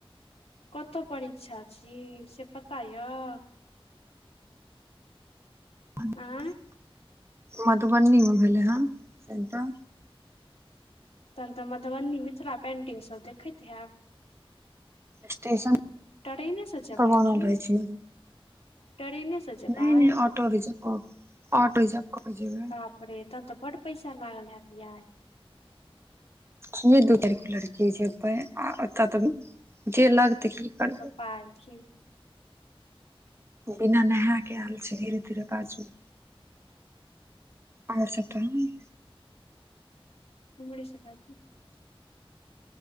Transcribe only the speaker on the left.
कतय परीक्षा छी से पता यए?
आँय
तखन तऽ मधुबनी मिथिला पेंटिंग सभ देखैत हैब।
ट्रेने से जेबै
की
ट्रेने से जेबै
बाप रे तब तऽ बड पैसा लागल हैत यार।
पा एलखिन। <unintelligible>
उम्हरे से बाजू।